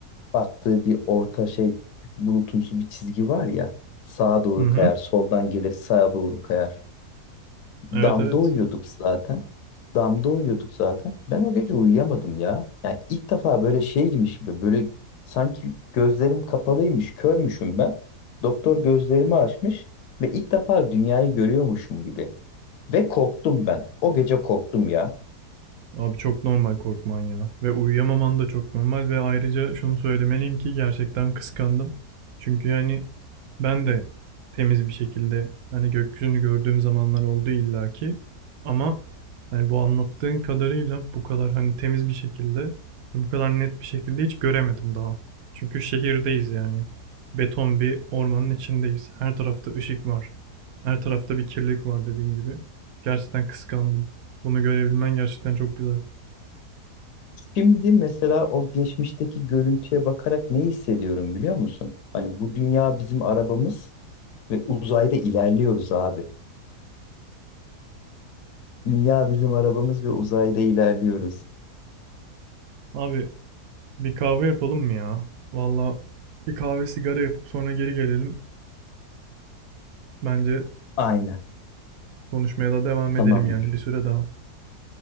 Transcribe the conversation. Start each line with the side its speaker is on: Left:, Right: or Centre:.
Left: baktığı bir orta şey bulutumsu bir çizgi var ya. Sağa doğru
Right: Hı hı.
Left: kayar, soldan gelir, sağa doğru kayar. Damda
Right: Evet evet.
Left: uyuyorduk zaten. Damda uyuyorduk zaten. Ben o gece uyuyamadım ya. Yani ilk defa böyle şey girmiş gibi böyle sanki gözlerim kapalıymış, körmüşüm ben. Doktor gözlerimi açmış ve ilk defa dünyayı görüyormuşum gibi. Ve korktum ben. O gece korktum ya.
Right: Abi çok normal korkman ya. Ve uyuyamaman da çok normal ve ayrıca şunu söylemeliyim ki gerçekten kıskandım. Çünkü yani ben de temiz bir şekilde hani gökyüzünü gördüğüm zamanlar oldu illaki. Ama hani bu anlattığın kadarıyla bu kadar hani temiz bir şekilde ve bu kadar net bir şekilde hiç göremedim daha. Çünkü şehirdeyiz yani. Beton bir ormanın içindeyiz. Her tarafta ışık var. Her tarafta bir kirlilik var dediğin gibi. Gerçekten kıskandım. Bunu görebilmen gerçekten çok güzel.
Left: Şimdi mesela o geçmişteki görüntüye bakarak ne hissediyorum biliyor musun? Hani bu dünya bizim arabamız ve uzayda ilerliyoruz abi. Dünya bizim arabamız ve uzayda ilerliyoruz.
Right: Abi bir kahve yapalım mı ya? Valla bir kahve sigara yapıp sonra geri gelelim. Bence
Left: Aynen.
Right: konuşmaya da devam
Left: Tamamdır.
Right: edelim yani bir süre daha.